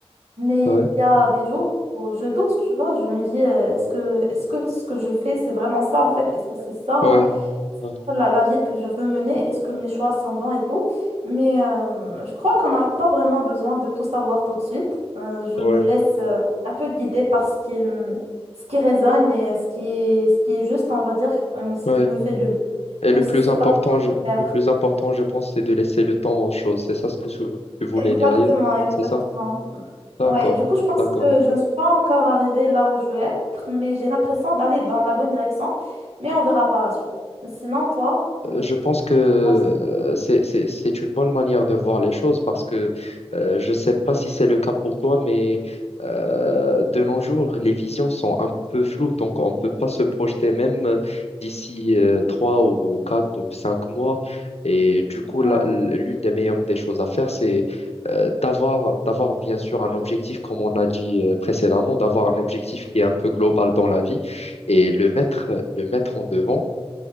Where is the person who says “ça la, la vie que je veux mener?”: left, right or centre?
Right